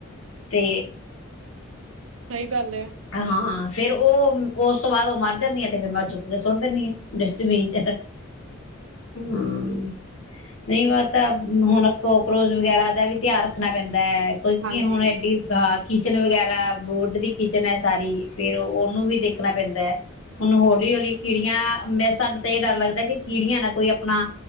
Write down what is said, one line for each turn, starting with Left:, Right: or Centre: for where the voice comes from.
Left: ਤੇ
Right: ਸਹੀ ਗੱਲ ਹੈ
Left: ਹਾਂ ਫੇਰ ਉਹ ਉਸ ਤੋਂ ਬਾਅਦ ਉਹ ਮਰ ਜਾਂਦੀ ਆ ਤੇ ਫੇਿਰ ਮੈਂ ਉਹ ਚੁੱਕ ਕੇ ਸੁੱਟ ਦਿੰਦੀ ਹਾਂ ਡਸਟਬੀਨ ਚ। ਹਮ ਨਹੀਂ ਮੈਂ ਤਾਂ ਹੁਣ ਕੋਕਰੋਚ ਵਗੈਰਾ ਦਾ ਵੀ ਧਿਆਨ ਰੱਖਣਾ ਪੈਂਦਾ। ਕਿਉਂਕਿ
Right: ਹਾਂਜੀ
Left: ਹੁਣ ਐਡੀਤ ਕਿਚਨ ਵਗੈਰਾ ਬੋਰਡ ਦੀ ਕਿਚਨ ਚਨ ਸਾਰੀ ਫੇਿਰ ਉਹਨੂੰ ਵੀ ਦੇਖਣਾ ਪੈਂਦਾ ਹੈ ਹੁਣ ਹੌਲੀ ਹੌਲੀ ਕੀੜੀਆਂ ਮੈਂ ਸਾਨੂੰ ਤਾਂ ਇਹ ਡਰ ਲੱਗਦਾ ਕਿ ਕੀੜੀਆਂ ਨਾ ਕੋਈ ਆਪਣਾ